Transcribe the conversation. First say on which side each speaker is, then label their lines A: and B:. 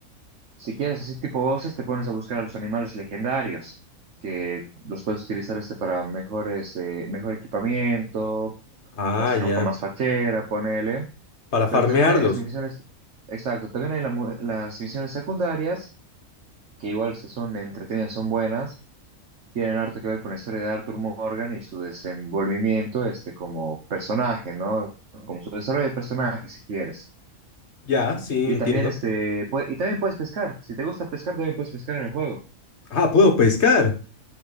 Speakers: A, on the right; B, on the left.
A: si quieres así tipo voces, te pones a buscar a los animales legendarios, que los puedes utilizar este para mejores, eh, mejor equipamiento
B: Ah,
A: o hasta
B: ya.
A: ropa más fachera, ponele.
B: Para
A: Pero
B: farmearlos.
A: también hay las misiones, exacto, también hay la mu- las misiones secundarias, que igual se- son entretenidas, son buenas, tienen harto que ver con la historia de Arthur Morgan y su desenvolvimiento este, como personaje, ¿no? Como su desarrollo de personaje, si quieres.
B: Ya, sí,
A: Y
B: entiendo.
A: también, este, pue- y también puedes pescar, si te gusta pescar, también puedes pescar en el juego.
B: Ah, puedo pescar.